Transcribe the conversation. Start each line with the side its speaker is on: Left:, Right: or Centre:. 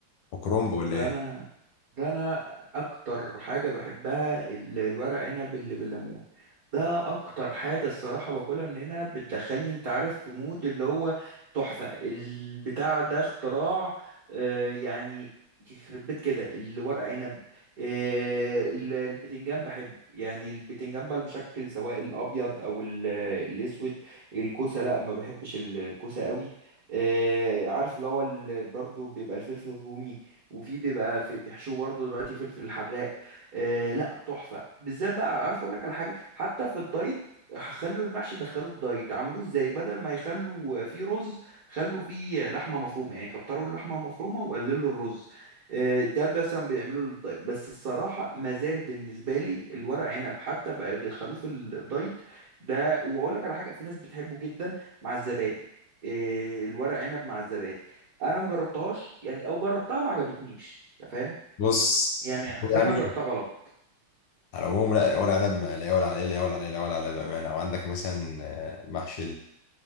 Left: وكرنب ولا
Right: ده
Left: ايه
Right: انا ده انا اكتر حاجه بحبها ال- الورق عنب اللي بالليمون ده اكتر حاجه الصراحه باكلها من هنا بتدخلني انت عارف في مود اللي هو تحفه البتاع ده اختراع آه، يعني يخرب بيت كده الورق عنب آه، ال- البتنجان بحبه يعني البتنجان بقى المشكل سواء الابيض او ال- الاسود الكوسه لا ما بحبش ال- الكوسه قوي آه، عارف اللي هو ال- برضو بيبقى الفلفل الرومي وفي بيبقى في بيحشوه برضه دلوقتي فلفل حراق آه لا تحفه بالذات بقى عارف اقول لك على حاجه حتى في الدايت خلوا المحشي دخلوا الدايت عملوه ازاي بدل ما يخلوا فيه رز خلوا فيه لحمه مفرومه يعني كتروا اللحمه المفرومه وقللوا الرز آه، ده مثلا بيعملوا للدايت بس الصراحه مازال بالنسبه لي الورق عنب حتى بقى يدخلوه في الدايت ده واقول لك على حاجه في ناس بتحبه جدا مع الزبادي آه، الورق عنب مع الزبادي انا ما جربتهاش يعني او جربتها ما عجبتنيش انت فاهم
Left: بص
Right: يعني حسيت
Left: يعني
Right: انا جربتها غلط
Left: على العموم لا ورق عنب ما- لا يعلى عليه لا يعلى عليه لا يعلى عليه بامانه وعندك مثلا آه، محشي